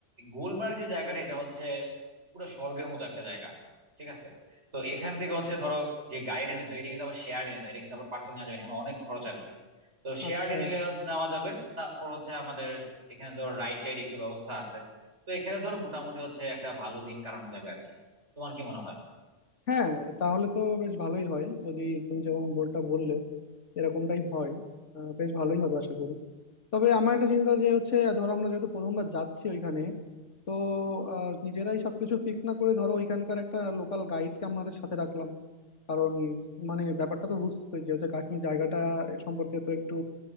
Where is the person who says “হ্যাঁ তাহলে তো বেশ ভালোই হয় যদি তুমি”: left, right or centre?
Left